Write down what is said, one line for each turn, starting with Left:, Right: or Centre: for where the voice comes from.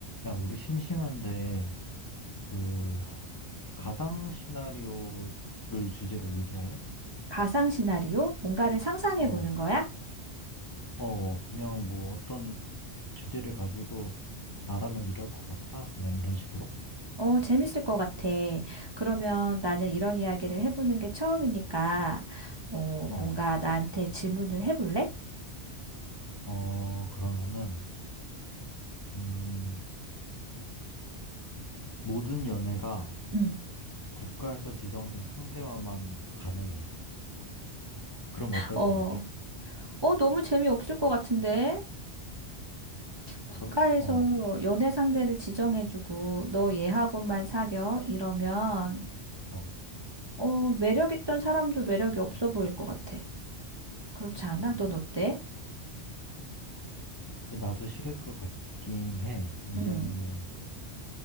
Left: 야, 우리 심심한데, 그, 가상 시나리오를 주제로 얘기할래?
Right: 가상 시나리오? 뭔가를 상상해
Left: 어,
Right: 보는 거야?
Left: 어, 그냥 뭐 어떤 주제를 가지고 나라면 이럴 것 같다? 그냥 이런 식으로?
Right: 어, 재밌을 것 같아. 그러면 나는 이런 이야기를 해보는 게 처음이니까, 어,
Left: 어,
Right: 뭔가 나한테 질문을 해볼래?
Left: 어, 그러면은, 음, 모든 연애가
Right: 응.
Left: 국가에서 지정된 상대와만 가능해. 그럼 어떨
Right: 어,
Left: 것 같아?
Right: 어, 너무 재미없을 것 같은데? 국가에서
Left: 너, 어,
Right: 연애 상대를 지정해주고, 너 얘하고만 사겨? 이러면,
Left: 어.
Right: 어, 매력 있던 사람도 매력이 없어 보일 것 같아. 그렇지 않아?
Left: 좀-
Right: 넌 어때?
Left: 근데 나도 싫을 것 같긴 해. 왜냐면은,
Right: 음.